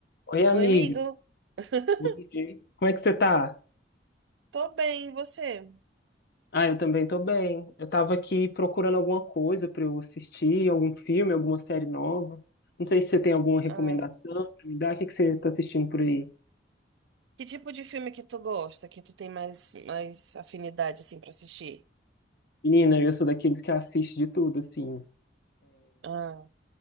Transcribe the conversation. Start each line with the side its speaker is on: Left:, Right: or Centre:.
Left: Oi, amiga.
Right: Oi, amigo. <laughs>
Left: Oi. Como é que você tá?
Right: Tô bem, e você?
Left: Ah, eu também tô bem. Eu tava aqui procurando alguma coisa pra eu assistir, algum filme, alguma série nova. Não sei se você tem alguma recomendação
Right: Ah,
Left: pra me dar. O que que você tá assistindo por aí?
Right: que tipo de filme que tu gosta, que tu tem mais, mais afinidade, assim, pra assistir?
Left: Menina, eu sou daqueles que assiste de tudo, assim.
Right: Ah,